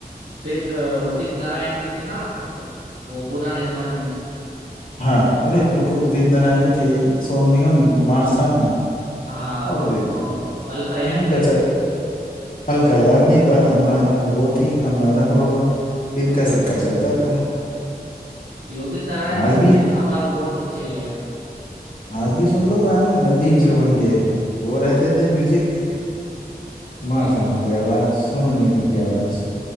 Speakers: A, on the right; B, on the left.
A: फिर अ, उदित नारायण भी थे ना अ, वो पुराने जमाने में
B: हाँ अरे वो तो उदित नारायण तो थे ही सोनू निगम कुमार सानू
A: हाँ और
B: और उदित नारायण
A: अलका याग्निक
B: इन्हीं का चलता था अलका याग्निक और अनुराधा वो थी अनुराधा पौडवाल
A: अ,
B: इनका सिक्का चलता था
A: ये उदित नारायण
B: आज
A: की भी
B: भी
A: आवाज बहुत अच्छी है
B: आज भी सुन लो गाने नदीम श्रवण के वो रहते थे म्यूजिक कुमार
A: वही
B: सानू
A: तो।
B: की आवाज सोनू निगम की आवाज